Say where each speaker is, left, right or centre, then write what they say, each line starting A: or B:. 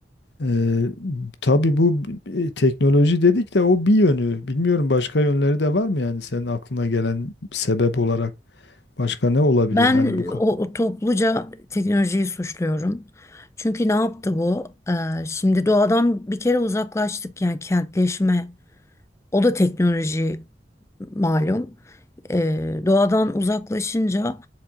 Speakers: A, on the left; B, on the left.
A: Ee, tabii bu e, teknoloji dedik de o bir yönü. Bilmiyorum başka yönleri de var mı yani senin aklına gelen sebep olarak başka ne olabilir
B: Ben
A: hani bu ka-
B: o, o topluca teknolojiyi suçluyorum. Çünkü ne yaptı bu? Ee, şimdi doğadan bir kere uzaklaştık yani kentleşme. O da teknoloji malum. Eee, doğadan uzaklaşınca